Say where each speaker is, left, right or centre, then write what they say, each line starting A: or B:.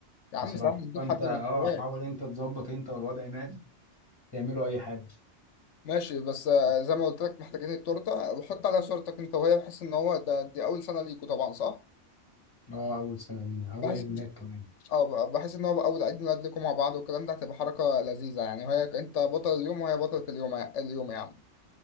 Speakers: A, on the left; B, on the left.
A: يا عم
B: بصراحة
A: سهل نجيب
B: فانت
A: حد
B: اه
A: من الكبار
B: حاول انت تظبط انت والوضع مات تعملوا اي حاجة
A: ماشي بس آه، زي ما قلت لك محتاجين التورتة وحط عليها صورتك أنت وهي بحيث إن هو ده دي أول سنة ليكوا طبعا صح؟
B: اه اول سنة لينا اول
A: بحيث
B: عيد ميلاد كمان
A: اه ب- بحس ان هو اول عيد ميلاد لكم مع بعض والكلام ده هتبقى حركه لذيذه يعني وهي انت بطل اليوم وهي بطله اليوم يا- اليوم يا عم